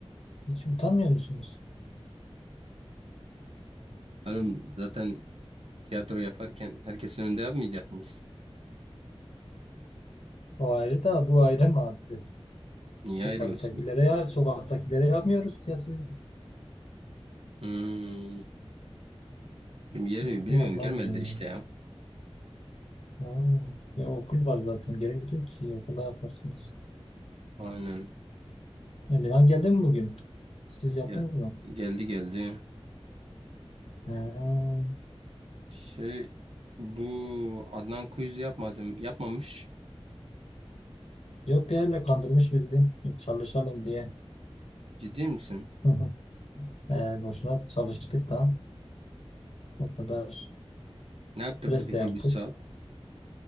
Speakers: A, on the left; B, on the right.
A: Hiç utanmıyor musunuz?
B: Oğlum zaten tiyatro yaparken herkesin önünde yapmayacak mıyız?
A: O ayrı da bu ayrı mı artık?
B: Niye
A: Sokaktakilere
B: ayrı olsun?
A: ya sokaktakilere yapmıyoruz tiyatroyu.
B: Hmm, bilmiyorum,
A: Nasıl
B: bilmiyorum
A: yapmaz
B: gelmediler
A: mı? ya?
B: işte ya.
A: Ha, ya okul var zaten. Gerek yok ki okulda yaparsınız.
B: Aynen.
A: Emirhan geldi mi bugün? Siz yaptınız
B: Ya,
A: mı?
B: geldi geldi.
A: Ha,
B: Şey bu Adnan quiz yapmadım. Yapmamış.
A: yok ya öyle kandırmış bizi. Çalışalım diye.
B: Ciddi misin?
A: <laughs> Ee, boşuna çalıştık da o kadar
B: Ne yaptırdı
A: stres
B: peki
A: de yaptık.
B: 3 saat?